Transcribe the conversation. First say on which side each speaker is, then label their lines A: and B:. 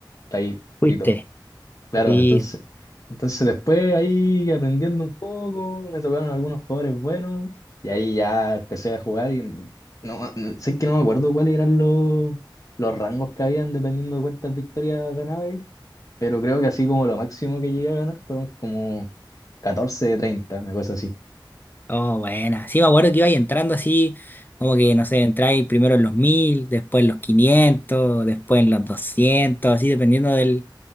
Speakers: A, on the left; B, on the left.
A: estáis
B: fuiste.
A: fritos. Claro,
B: y
A: entonces, entonces después ahí aprendiendo un poco, me tocaron algunos jugadores buenos y ahí ya empecé a jugar y no, no- sé que no me acuerdo cuáles eran los, los rangos que habían dependiendo de cuántas victorias ganaba y- pero creo que así como lo máximo que llegué a ganar fueron como 14 de 30, una cosa así.
B: Oh, buena. Sí, me acuerdo que iba ahí entrando así, como que, no sé, entráis primero en los 1000 después en los 500 después en los 200 así dependiendo del,